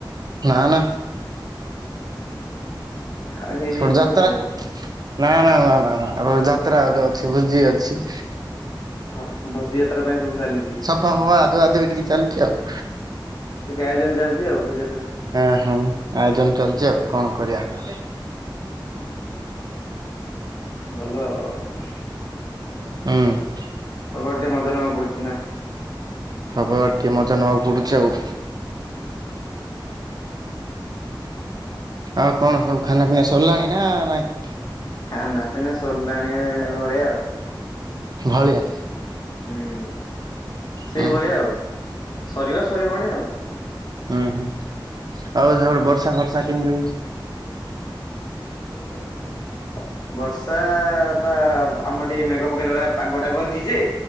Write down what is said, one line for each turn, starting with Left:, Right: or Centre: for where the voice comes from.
Right: ନା ନା।
Left: କାଳେ ହେଇଯାଇଥିବ।
Right: ସେପଟେ ଯାତ୍ରା ନା ନା ନା ନା ନା ଯାତ୍ରା ଆହୁରି ଅଛି ଭୋଜି ଅଛି।
Left: ହଁ ଭଜି ଯାତ୍ରା ପାଇଁ ସବୁ ଚାଲିଛି।
Right: ହଁ ଆଧୁଆଧୁଇ ଟିକେ ଚାଲିଛି ଆଉ।
Left: ଟିକେ ଆୟୋଜନ ଚାଲିଛି ଭୋଜିର।
Right: ହଁ ହଁ ଆୟୋଜନ ଚାଲିଛି ଆଉ କଣ କରିବା?
Left: ଭଲ ଆଉ।
Right: ହୁଁ।
Left: ସବୁଆଡେ ଟିକେ ମଜା ନେବା ପଡୁଛି ନା।
Right: ସବୁବାଟେ ଟିକେ ମଜା ନେବାକୁ ପଡୁଚି ଆଉ। ଆଉ କଣ ସବୁ ଖାନା ପିନା ସରିଲାଣି ନା ନାଇଁ?
Left: ଖାନା ପିନା ସରିଲାଣି ଭଳିଆ ଆଉ।
Right: ଭଳିଆ।
Left: ହୁଁ। ସେଇଭଳିଆ
Right: ହଁ
Left: ଆଉ ସରିବ ସରିବଣି ଆଉ।
Right: ହୁଁ ହୁଁ। ଆଉ ସପଟେ ବର୍ଷା ଫର୍ଷା କେମିତି ହଉଛି?
Left: <inaudible> ବର୍ଷା ପା ଆମର ଟିକିଏ ମେଘ ପକେଇଲାଭଳିଆ ପାଗଟା କରିଛି ଯେ